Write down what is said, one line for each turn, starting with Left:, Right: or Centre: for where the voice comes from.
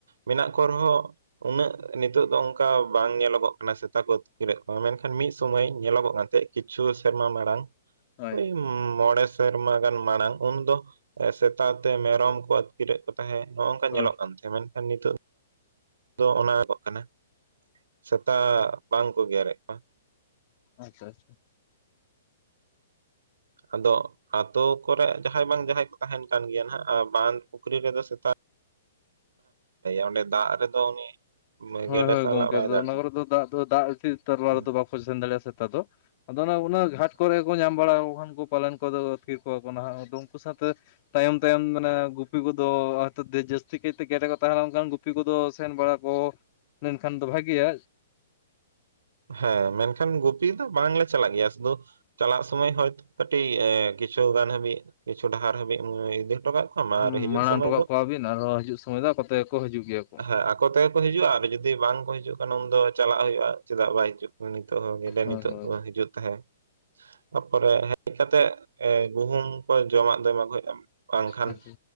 Right: ᱢᱮᱱᱟᱜ ᱠᱚ ᱨᱮᱦᱚᱸ ᱩᱱᱟᱹᱜ ᱱᱤᱛᱚᱜ ᱫᱚ ᱚᱱᱠᱟ ᱵᱟᱝ ᱧᱮᱞᱚᱜᱚᱜ ᱠᱟᱱᱟ ᱥᱮᱛᱟ ᱠᱚ ᱟᱹᱛᱠᱤᱨᱮᱫ ᱠᱚᱣᱟ ᱢᱮᱱᱠᱷᱟᱱ ᱢᱤᱫ ᱥᱚᱢᱚᱭ ᱧᱮᱞᱚᱜᱚᱜ ᱠᱟᱱ ᱛᱟᱦᱮᱸᱜ ᱠᱤᱪᱷᱩ ᱥᱮᱨᱢᱟ ᱢᱟᱲᱟᱝ
Left: ᱦᱳᱭ
Right: ᱦᱚᱭ ᱢᱚᱬᱮ ᱥᱮᱨᱢᱟ ᱜᱟᱱ ᱢᱟᱲᱟᱝ ᱩᱱᱫᱚ ᱥᱮᱛᱟ ᱛᱮ ᱢᱮᱨᱚᱢ ᱠᱚ ᱟᱠ ᱠᱤᱨᱮᱫ ᱠᱚ ᱛᱟᱦᱮᱸᱜ ᱱᱚᱜᱝᱠᱟ
Left: ᱦᱳᱭ
Right: ᱧᱮᱞᱚᱜ ᱠᱟᱱ ᱛᱟᱦᱮᱸ ᱢᱮᱱᱠᱷᱟᱱ ᱱᱤᱛᱚᱜ ᱫᱚ ᱚᱱᱟ ᱚᱜ ᱠᱟᱱᱟ ᱾ ᱥᱮᱛᱟ ᱵᱟᱝᱠᱚ ᱜᱮᱨᱮᱜ ᱠᱚᱣᱟ ᱾
Left: ᱟᱪᱪᱷᱟ ᱟᱪᱪᱷᱟ ᱾
Right: ᱟᱫᱚ ᱟᱛᱳ ᱠᱚᱨᱮ ᱡᱟᱦᱟᱸᱭ ᱵᱟᱝ ᱡᱟᱦᱟᱸᱭ ᱠᱚ ᱛᱟᱦᱮᱸᱱ ᱠᱟᱱ ᱜᱮᱭᱟ ᱱᱷᱟᱹᱜ ᱵᱟᱸᱫ ᱯᱩᱠᱷᱨᱤ ᱨᱮᱫᱚ ᱥᱮᱛᱟᱜ ᱚᱸᱰᱮ ᱫᱟᱜᱽ ᱨᱮᱫᱚ ᱩᱱᱤ
Left: ᱦᱳᱭ
Right: ᱜᱮᱰᱮ
Left: ᱦᱳᱭ
Right: ᱥᱟᱞᱟᱜ
Left: ᱜᱚᱝᱠᱮ
Right: ᱵᱟᱭ
Left: ᱟᱫᱚ
Right: ᱫᱟᱲᱮᱭᱟᱜᱼᱟ
Left: ᱚᱱᱟ ᱠᱚᱨᱮ ᱫᱚ ᱫᱟᱜᱽ ᱫᱟᱜᱽ ᱛᱟᱞᱟ
Right: ᱦᱩᱸ
Left: ᱨᱮᱫᱚ ᱵᱟᱠᱚ ᱥᱮᱱ ᱫᱟᱲᱮᱭᱟᱜᱼᱟ ᱥᱮᱛᱟ ᱫᱚ ᱾ ᱟᱫᱚ ᱚᱱᱟ ᱚᱱᱟ ᱜᱷᱟᱴ ᱠᱚᱨᱮ ᱠᱚ ᱧᱟᱢ ᱵᱟᱲᱟ ᱠᱚ ᱠᱷᱟᱱ ᱠᱚ ᱯᱟᱞᱮᱱ ᱠᱚᱫᱚ ᱟᱹᱠᱤᱨ ᱠᱚᱣᱟ ᱠᱚ ᱱᱟᱦᱟᱜ ᱫᱚᱼᱼ ᱩᱱᱠᱩ ᱥᱟᱶᱛᱮ ᱛᱟᱭᱚᱢᱼᱼ ᱛᱟᱭᱚᱢ ᱢᱟᱱᱮ ᱜᱩᱯᱤ ᱠᱚᱫᱚ ᱡᱟᱹᱥᱛᱤ ᱠᱟᱭᱛᱮ ᱜᱮᱰᱮ ᱠᱚ ᱛᱟᱦᱮᱸ ᱞᱮᱱᱠᱷᱟᱱ ᱜᱩᱯᱤ ᱠᱚᱫᱚ ᱥᱮᱱ ᱵᱟᱲᱟ ᱠᱚᱼᱼ ᱢᱮᱱᱠᱷᱟᱱ ᱫᱚ ᱵᱷᱟᱜᱮᱭᱟ
Right: ᱦᱮᱸ ᱢᱮᱱ ᱠᱷᱟᱱ ᱜᱩᱯᱤ ᱫᱚ ᱵᱟᱝᱞᱮ ᱪᱟᱞᱟᱜ ᱜᱮᱭᱟ ᱥᱩᱫᱩᱼᱼ ᱪᱟᱞᱟᱜ ᱥᱩᱢᱚᱭ ᱦᱚᱭᱛᱳ ᱠᱟᱹᱴᱤᱡ ᱠᱤᱪᱷᱩᱜᱟᱱ ᱦᱟᱹᱵᱤᱡᱼᱼ ᱠᱤᱪᱷᱩ ᱰᱟᱦᱟᱨ ᱦᱟᱹᱵᱤᱡ ᱤᱫᱤ ᱦᱚᱴᱚ ᱠᱟᱜ ᱠᱚᱣᱟᱢ
Left: ᱦᱩᱸ
Right: ᱟᱨ ᱦᱤᱡᱩᱜ
Left: ᱢᱟᱲᱟᱝ
Right: ᱥᱚᱢᱚᱭ
Left: ᱦᱚᱴᱚ ᱠᱟᱜ
Right: ᱫᱚ
Left: ᱠᱚᱣᱟᱵᱤᱱ
Right: <inaudible>
Left: ᱟᱨᱦᱚᱸ ᱦᱤᱡᱩᱜ ᱥᱚᱢᱚᱭ ᱫᱚ ᱟᱠᱚ ᱛᱮᱜᱮ ᱠᱚ ᱦᱤᱡᱩᱜ ᱜᱮᱭᱟ ᱠᱚ
Right: ᱦᱮᱸ ᱟᱠᱚ ᱛᱮᱜᱮᱠᱚ ᱦᱤᱡᱩᱜᱼᱟ ᱟᱨ ᱡᱩᱫᱤ ᱵᱟᱝᱠᱚ ᱦᱤᱡᱩᱜ ᱠᱷᱟᱱ ᱩᱱ ᱫᱚ ᱪᱟᱞᱟᱜ ᱦᱩᱭᱩᱜᱼᱟ ᱪᱮᱫᱟᱜ ᱵᱟᱭ ᱦᱤᱡᱩᱜᱼᱼ ᱱᱤᱛᱚᱜ ᱦᱚᱸ ᱜᱮᱰᱮ
Left: ᱦᱳᱭ
Right: ᱱᱤᱛᱚᱜ
Left: ᱦᱳᱭ
Right: ᱫᱚ ᱦᱤᱡᱩᱜ ᱛᱟᱦᱮᱸᱜᱼᱼ ᱛᱟᱯᱚᱨᱮ ᱦᱮᱡ ᱠᱟᱛᱮᱜ ᱜᱩᱦᱩᱢ ᱠᱚ ᱡᱚᱢᱟᱜ ᱫᱚ ᱮᱢᱟ ᱠᱚ ᱦᱩᱭᱩᱜᱼᱟ᱾ ᱵᱟᱝ ᱠᱷᱟᱱ
Left: ᱟᱪᱪᱷᱟ